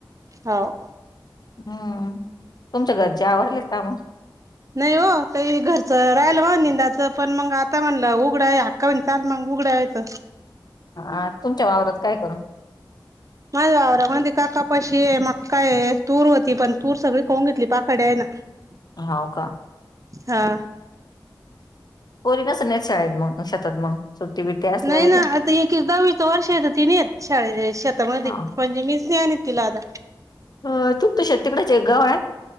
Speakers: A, on the right; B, on the left.
A: हा.
B: हम्म, तुमच्या घरचे आवरले कामं?
A: नाही हो ते घरच राहिल म निंदाचं पण मग आता म्हणलं उघडाया. कावीन चाल मग उघड्या येतं.
B: ह तुमच्या वावरात काय करू.
A: माझ वावरा मदी काका पशी ये म काय तूर होती पण तूर सगळी खऊन घेतली पाखड्या आहे ना. <inaudible>
B: हओ का?
A: हा.
B: पोरी नसल नयेत शाळेत मग शेतात मग सुट्टी बिट्टी असल्याला
A: नाही ना
B: ते
A: आता एकीच दहावीच वर्ष आहे ना ती नाहीे येत शाळेले, शेतामध्ये.
B: हा
A: म्हणजे मीच <unintelligible> तिला आता.
B: अ तूप कशाचे तिकडचे गवा <unintelligible>